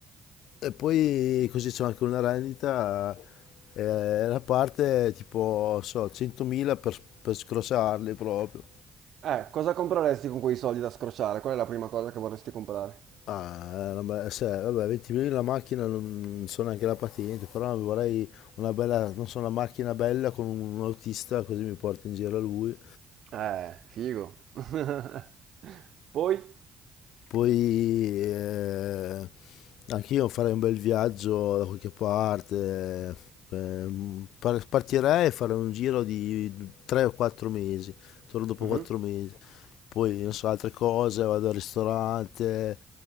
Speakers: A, on the left; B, on the right.
A: E poi così c'è anche una rendita, eh, la parte tipo, so, 100.000 per, per scrossarli proprio.
B: Eh, cosa compreresti con quei soldi da scrociare? Qual è la prima cosa che vorresti comprare?
A: Ah, una be- cioè, vabbè, 20.000 la macchina non so neanche la patente, però vorrei una bella, non so, una macchina bella con un autista così mi porta in giro lui.
B: Eh, figo. <laughs> Poi?
A: Poi eh, anch'io farei un bel viaggio da qualche parte, eh, par- partirei e farei un giro di 3 o 4 mesi, torno dopo
B: Mhm.
A: 4 mesi. Poi non so, altre cose, vado al ristorante,